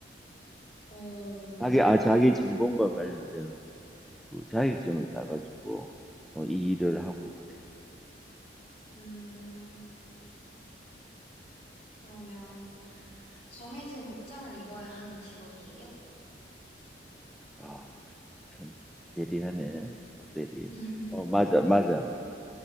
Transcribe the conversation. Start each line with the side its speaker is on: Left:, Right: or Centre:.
Left: 어,
Centre: 자기, 아, 자기 전공과 관련된 그 자격증을 따가지고 어, 이 일을 하고 그래.
Left: 음, 그러면 정해진 복장을
Centre: 음,
Left: 입어야 하는 직업이에요?
Centre: 아, 참 예리하네, 박 대리.
Left: <laughs>
Centre: 어, 맞아, 맞아.